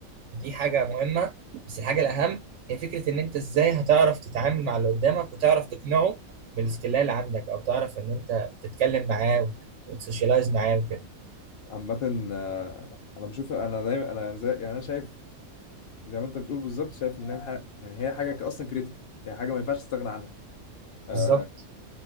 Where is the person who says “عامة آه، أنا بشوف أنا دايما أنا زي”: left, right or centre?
Left